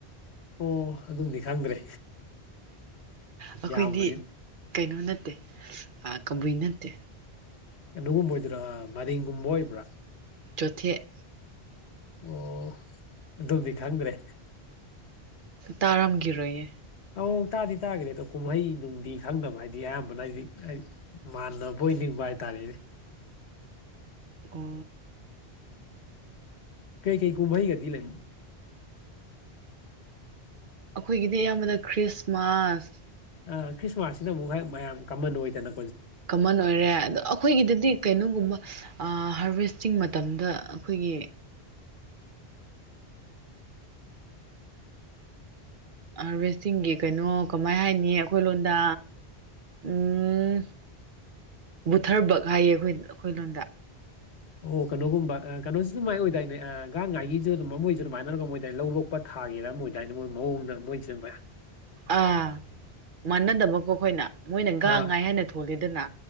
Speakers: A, on the left (about 85°); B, on the right (about 55°).
A: ꯑꯣ ꯑꯗꯨꯝꯗꯤ ꯈꯪꯗ꯭ꯔꯦ
B: ꯑꯩꯈꯣꯏꯗꯤ
A: ꯌꯥꯝꯕꯅꯤ
B: ꯀꯩꯅꯣ ꯅꯠꯇꯦ ꯑ ꯀꯕꯨꯏ ꯅꯠꯇꯦ
A: ꯀꯩꯅꯣꯒꯨꯝꯕ ꯑꯣꯏꯗꯣꯏꯔꯥ ꯃꯅꯤꯡꯒꯨꯝꯕ ꯑꯣꯏꯕ꯭ꯔꯥ
B: ꯆꯣꯠꯊꯦꯛ
A: ꯑꯣ ꯑꯗꯨꯝꯗꯤ ꯈꯪꯗ꯭ꯔꯦ
B: ꯇꯥꯔꯝꯈꯤꯔꯣꯏꯌꯦ
A: ꯑ ꯇꯥꯗꯤ ꯇꯥꯈ꯭ꯔꯦ ꯑꯗꯣ ꯀꯨꯝꯍꯩ ꯅꯨꯡꯗꯤ ꯈꯪꯅꯕ ꯍꯥꯏꯗꯤ ꯑꯌꯥꯝꯕꯅ ꯍꯥꯏꯗꯤꯛ ꯃꯥꯟ ꯑꯣꯏꯅꯤꯡꯕ ꯍꯥꯏꯇꯥꯔꯦ
B: ꯀ
A: ꯀꯩ ꯀꯩ ꯎꯃꯩꯒ ꯊꯂ
B: ꯑꯩꯈꯣꯏꯒꯤꯗꯤ ꯑꯌꯥꯝꯕꯅ ꯈ꯭ꯔꯤꯁꯃꯥꯁ
A: ꯑ ꯈ꯭ꯔꯤꯁꯃꯥꯁꯁꯤꯅ ꯑꯃꯨꯛ ꯍ ꯃꯌꯥꯝ ꯀꯃꯟ ꯑꯣꯏꯗꯅ
B: ꯀꯃꯟ ꯑꯣꯏꯔꯦ ꯑꯗꯣ ꯑꯩꯈꯣꯏꯒꯤꯗꯗꯤ ꯀꯩꯅꯣꯒꯨꯝꯕ ꯍꯥꯔꯚꯦꯁꯇꯤꯡ ꯃꯇꯝꯗ ꯑꯩꯈꯣꯏꯒꯤ ꯍꯥꯔꯚꯦꯁꯇꯤꯡ ꯀꯩꯅꯣ ꯀꯃꯥꯏ ꯍꯥꯏꯅꯤ ꯑꯩꯈꯣꯏ ꯂꯣꯗ ꯎꯝ ꯕꯨꯊꯕꯛ ꯍꯥꯏꯌꯦ ꯑꯩꯈꯣꯏ ꯑꯩꯈꯣꯏ ꯂꯣꯗ
A: ꯑꯣ ꯀꯩꯅꯣꯒꯨꯝꯕ ꯀꯩꯅꯣꯁꯤꯁꯨ ꯃꯥꯏ ꯑꯣꯏꯗꯥꯏꯅꯦ ꯒꯥꯡ ꯉꯥꯏꯒꯤꯁꯨ ꯑꯗꯨꯝ ꯃꯣꯏꯁꯨ ꯑꯗꯨꯃꯥꯏꯅꯔꯒꯝ ꯑꯣꯏꯏꯅꯦ ꯂꯧ ꯂꯣꯛꯄ ꯊꯥꯒꯦꯔꯥ ꯑꯃ ꯑꯣꯏꯗꯥꯏꯅꯦ ꯃꯣꯏ ꯃꯑꯣꯡꯗ ꯃꯣꯏꯁꯨ ꯑꯗꯨ
B: ꯑꯥ ꯃꯥꯟꯅꯗꯕꯀꯣ ꯑꯩꯈꯣꯏꯅ ꯃꯣꯏꯅ ꯒꯥꯡ
A: ꯑꯥ
B: ꯉꯥꯏ ꯍꯥꯏꯅ ꯊꯣꯜꯂꯤꯗꯅ